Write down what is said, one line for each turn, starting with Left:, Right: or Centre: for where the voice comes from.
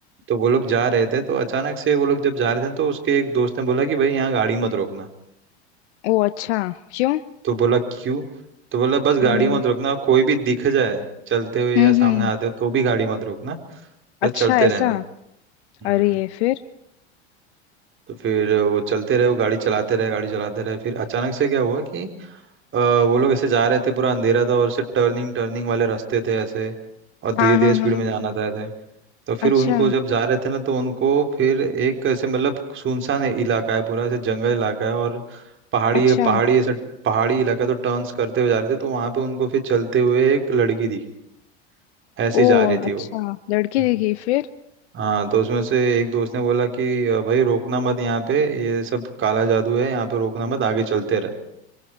Right: तो वो लोग जा रहे थे तो अचानक से वो लोग जब जा रहे थे तो उसके एक दोस्त ने बोला कि भाई यहाँ गाड़ी मत रोकना
Left: ओ अच्छा क्यों
Right: तो बोला क्यों तो बोला बस
Left: हम्म
Right: गाड़ी मत रोकना कोई भी दिख जाए चलते हुए
Left: हम्म
Right: या सामने
Left: हम्म
Right: आते हुए तो भी गाड़ी मत रोकना
Left: अच्छा
Right: बस चलते
Left: ऐसा
Right: रहना हम्म
Left: अरे फिर
Right: तो फिर वो चलते रहे वो गाड़ी चलाते रहे गाड़ी चलाते रहे फिर अचानक से क्या हुआ कि अ, वो लोग ऐसे जा रहे थे पूरा अंधेरा था और ऐसे टर्निंग टर्निंग वाले रास्ते थे ऐसे और धीरे
Left: हाँ
Right: धीरे
Left: हाँ
Right: स्पीड
Left: हाँ
Right: में जाना था ऐसे तो फिर
Left: अच्छा
Right: उनको जब जा रहे थे ना तो उनको फिर एक ऐसे मतलब सुनसान है- इलाका है पूरा ऐसे जंगल इलाका है और पहाड़ी
Left: अच्छा
Right: पहाड़ी ऐसा पहाड़ी इलाका तो टर्न्स करते हुए जा रहे थे तो वहां पे उनको फिर चलते हुए एक लड़की दिखी ऐसे
Left: ओ
Right: ही जा रही थी
Left: अच्छा
Right: वो
Left: लड़की
Right: हम्म
Left: दिखी फिर
Right: हाँ तो उसमें से एक दोस्त ने बोला कि "अ, भाई रोकना मत यहाँ पे ये सब काला जादू है यहाँ पे रोकना मत आगे चलते रहे